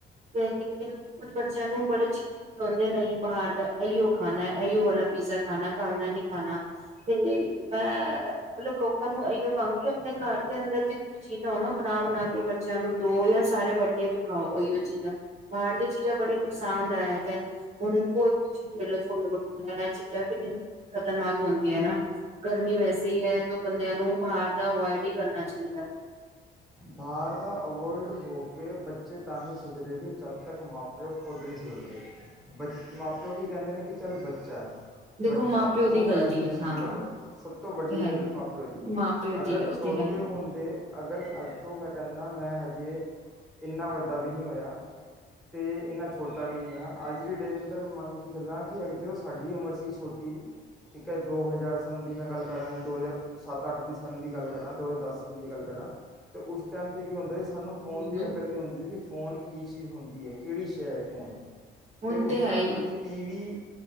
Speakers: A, on the right; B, in the centre.
A: ਤੇ ਲੇਕਿਨ ਕੁੱਝ ਬੱਚਿਆਂ ਨੂੰ ਬੜੇ ਜਿੱਦੀ ਵੀ ਆਉਂਦੇ, ਨਹੀਂ ਬਾਹਰ ਦਾ ਇਹੀਓ ਖਾਣਾ, ਇਓ ਵਾਲਾ ਪੀਜ਼ਾ ਖਾਣਾ, ਘਰ ਦਾ ਨੀ ਖਾਣਾ ਤੇ' ਮੈਂ ਮਤਲਬ ਲੋਕਾਂ ਨੂੰ ਇਓ ਕਹਾਂਗੀ। ਆਪਣੇ ਘਰ ਦੇ ਅੰਦਰ ਜਿੰਨੀ ਚੀਜ਼ ਹੋ, ਨਾ ਬਣਾ ਬਣਾ ਕੇ ਬੱਚਿਆਂ ਨੂੰ ਦਓ ਜਾਂ ਸਾਰੇ ਵੱਡੇ ਵੀ ਖਾਓ। ਔਹੀਓ ਚੀਜ਼ਾਂ ਬਾਹਰ ਦੀ ਚੀਜ਼ਾਂ ਬੜੀ ਨੁਕਸਾਨਦਾਇਕ ਹੈ। ਹੁਣ ਕੋਈ ਵੀ ਚੀਜ਼ਤਲ ਛੋਲੇ ਭਟੂਰੇ ਚੀਜ਼ਾਂ ਕਿੰਨੀ ਖ਼ਤਰਨਾਕ ਹੁੰਦੀਆਂ ਨਾ। ਗਰਮੀ ਵੈਸੇ ਹੀ ਹੈ! ਤੋ ਬੰਦਿਆਂ ਨੂੰ ਬਾਹਰ ਦਾ ਅਵੋਇਡ ਹੀ ਕਰਨਾ ਚਾਹੀਦਾ।
B: ਬਾਹਰ ਦਾ ਔ ਔਲਡ ਹੋ ਕੇ ਬੱਚ! ਬੱਚੇ ਤਾਂ ਹੀ ਸੁਧਰੇਗੇ! ਜਦ ਤੱਕ ਮਾਂ ਪਿਓ ਖੁਦ ਨਹੀਂ ਸੁਧਰਦੇ ਬ ਮਾਂ ਪਿਓ ਕੀ ਕਹਿੰਦੇ, ਨੇ ਕਿ ਚੱਲ ਬੱਚਾ ਹੈ।
A: ਦੇਖੋ
B: ਬੱਚਾ
A: ਮਾਂ
B: ਹੈ!
A: ਪਿਓ
B: ਉਹ
A: ਦੀ ਗ਼ਲਤੀ
B: ਇਹੀ
A: ਹੈ
B: ਚੀਜ਼
A: ਹਾਂ
B: ਕਰਦਾ ਹੈ ਸਭ ਤੋਂ ਵੱਡੀ
A: ਉਹ ਤੇ ਹੈ
B: ਗਲਤੀ
A: ਹੀ
B: ਮਾਂ ਪਿਓ ਦੀ ਹੈ!
A: ਮਾਂ ਪਿਓ
B: ਅਗਰ
A: ਦੀ ਹੈ ਉਹ
B: ਛੋਟੇ
A: ਤੇ ਹੈ ਹੀ
B: ਹੁੰਦੇ। ਅਗਰ ਅੱਜ। ਤੋਂ ਮੈਂ ਕਹਿੰਦਾ! ਮੈਂ ਹਜੇ ਇੰਨਾ ਵੱਡਾ ਵੀ ਨਹੀਂ ਹੋਇਆ। ਅਤੇ ਇੰਨਾ ਛੋਟਾ ਵੀ ਨਹੀਂ ਹਾਂ। ਅੱਜ ਦੀ ਡੇਟ ਅੰਦਰ ਮੈਂ ਮੰਨ ਕੇ ਚੱਲਾਂ, ਕਿ ਜਦੋਂ ਸਾਡੀ ਉਮਰ ਸੀ ਛੋਟੀ ਠੀਕ ਹੈ। ਦੋ ਹਜ਼ਾਰ ਸੰਨ ਦੀ ਮੈਂ ਗੱਲ ਕਰਾਂ ਦੋ ਹਜ਼ਾਰ ਸੱਤ ਅੱਠ ਦੇ ਸੰਨ ਦੀ ਗੱਲ ਕਰਾਂ ਦੋ ਹਜ਼ਾਰ ਦਸ ਸੰਨ ਦੀ ਗੱਲ ਕਰਾਂ। ਤੇ ਉਸ ਟਾਈਮ ਤੇ ਕੀ ਹੁੰਦਾ ਸੀ। ਸਾਨੂੰ ਫ਼ੋਨ
A: ਹਮ
B: ਦੀ ਅਕਲ ਨਹੀਂ ਹੁੰਦੀ ਸੀ ਕੀ। ਫ਼ੋਨ ਕੀ ਚੀਜ਼ ਹੁੰਦੀ ਹੈ ਕਿਹੜੀ ਸ਼ੈ ਹੈ ਫੋਨ ਅਤੇ
A: ਹੁਣ
B: ਉਸ
A: ਹੈ
B: ਟਾਈਮ
A: ਹੀ
B: ਤੇ, ਟੀ ਵੀ